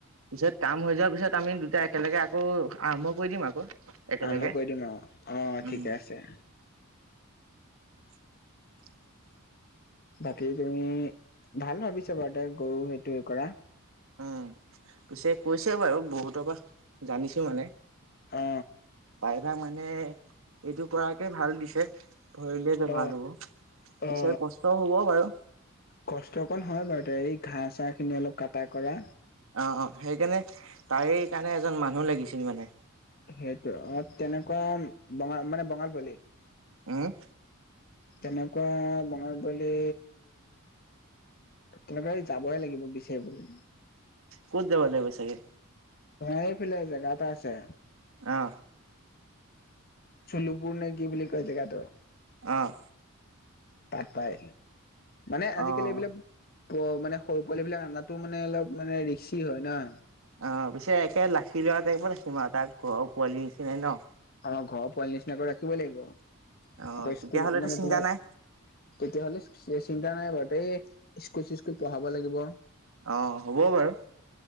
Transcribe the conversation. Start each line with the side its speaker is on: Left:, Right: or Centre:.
Right: পিছত কাম হৈ যোৱাৰ পিছত আমি দুটা একেলগে আকৌ আৰম্ভ কৰি দিম আকৌ- একেলগে।
Left: আৰম্ভ কৰি দিম। অঁ অঁ
Right: উম।
Left: ঠিকে আছে।
Right: <unintelligible>
Left: বাকী তুমি ভাল ভাবিছা বাৰু গৰু সেইটো কৰা।
Right: উম পিছে কৈছে বাৰু বহুতৰ পৰা জানিছো মানে
Left: অ
Right: প্ৰাইভা মানে এইটো কৰাকে ভাল দিছে। ভৰিলে যে ভাল
Left: অ
Right: হ'ব পিছে
Left: অ
Right: কষ্টও হ'ব বাৰু
Left: কষ্ট কণ হয় বাৰু এই ঘাঁহ চাহ খিনি অলপ কাটা কৰা।
Right: অ অ সেইকাৰণে তাৰে কাৰণে এজন মানুহ লাগিছিল মানে
Left: সেইটো অ তেনেকুৱা বঙা মানে বঙাল‌ পোৱালি।
Right: উম
Left: তেনেকুৱা বঙাল পোৱালি কেনেকবা যাবই লাগিব বিচাৰিবলে
Right: ক'ত যাবা লাগিব চাগে?
Left: এইফালে জেগা এটা আছে।
Right: অ
Left: চেলুপুৰ নে কি বুলি কয় জেগাটো?
Right: অঁ,
Left: তাত পাই মানে আজিকালি
Right: অ'।
Left: এইবিলাক মানে সৰু পোৱালিবিলাক আনাটো মানে অলপ মানে ৰি্কসি হয় নহ।
Right: অ পিছে একে লাখি লৰা টত আছেম আৰু তাৰ ঘৰৰ পোৱালিৰ নিচিনাই ন।
Left: আমাৰ ঘৰৰ পোৱালি নিচিনা আকৌ ৰাখিব লাগিব
Right: অ',
Left: আকৌ
Right: তেতিয়াহ'লেতো
Left: স্কুল মানে
Right: চিন্তা
Left: তোমাৰ
Right: নাই।
Left: তেতিয়াহলে চিন্তা নাই বাৰু এই স্কুল চিস্কুল পঢ়াব লাগিব।
Right: অ হ'ব বাৰু